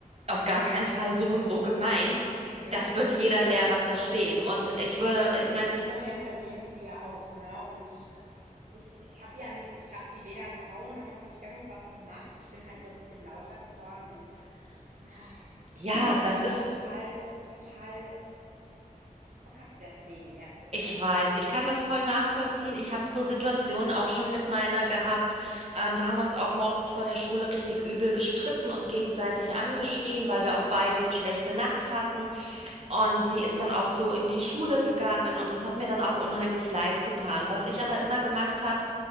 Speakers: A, on the right (about 45°); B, on the right (about 65°).
A: auf gar keinen Fall so und so gemeint,
B: Ja,
A: das wird jeder Lehrer verstehen. Und ich würde,
B: ja.
A: ich meine,
B: Ich meine, ihre Lehrerin kennt sie ja auch, ne? Und ich ich habe ja nichts. ich habe sie weder gehauen, noch habe ich irgendwas gemacht. Ich bin halt nur ein bisschen lauter geworden und, na, ich
A: ja,
B: fühle mich
A: das
B: halt aber
A: ist
B: total total bekackt deswegen jetzt, ne?
A: Ich weiß, ich kann das voll nachvollziehen. Ich habe so Situationen auch schon mit meiner gehabt. Ähm, da haben wir uns auch morgens vor der Schule richtig übel gestritten und gegenseitig angeschrien, weil wir auch beide eine schlechte Nacht hatten.
B: Mhm.
A: Und sie ist dann auch so in die Schule gegangen und es hat mir dann auch unheimlich leid getan. Was ich aber immer gemacht habe,